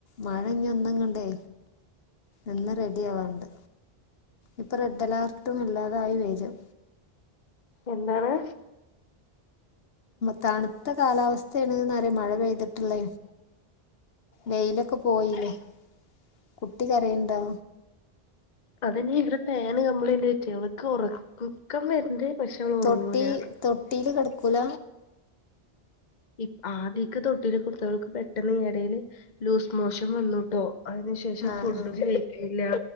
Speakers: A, on the left; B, on the left.
A: മഴ ഇനി ഒന്നങ്ങണ്ടേ ഇന്ന് റെഡി ആവാണ്ട് ഇപ്പൊ റെഡ് അലർട്ടും അല്ലാതായി വേജും
B: എന്താണ്
A: തണുത്ത കാലാവസ്ഥ ആണ്ന്ന്പറയാ മഴ പെയ്തി ട്ടിള്ള വെയിലൊക്കെ പോയില്ലേ കുട്ടി കരയുണ്ടോ
B: അതനി ഇവിടെ ഫാൻ കമ്പ്ലൈന്റ് ആയിട്ട് അവക്ക് ഉറക്കം വരണ്ട് പക്ഷെ അവള് ഉറങ്ങൂല.
A: തൊട്ടി തൊട്ടിയില് കിടക്കൂല
B: ഇ ആദ്യക്ക തൊട്ടില് കൊടുത്തൾക്ക് പെട്ടെന്ന് ഇടയില് ലൂസ് മോഷൻ വന്നുട്ടോ അതിനുശേഷം
A: ആഹ് ആഹ്
B: ഫുഡും കഴിക്കിണില്ല